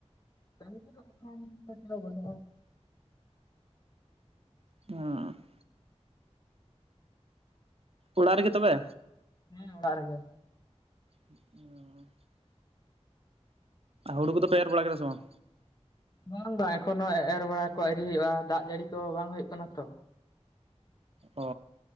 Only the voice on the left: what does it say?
<inaudible>
ᱦᱮᱸ ᱚᱲᱟᱜ ᱜᱮ?
ᱵᱟᱝ ᱵᱟᱝ ᱮᱠᱷᱚᱱ ᱱᱚᱶᱟ ᱮᱨ ᱵᱟᱲᱟ ᱠᱚ ᱟᱹᱣᱨᱤ ᱦᱩᱭᱩᱜᱼᱟ᱾ ᱫᱟᱜ ᱡᱟᱹᱲᱤ ᱠᱚ ᱵᱟᱝ ᱦᱩᱭᱩᱜ ᱠᱟᱱᱟ ᱛᱚ᱾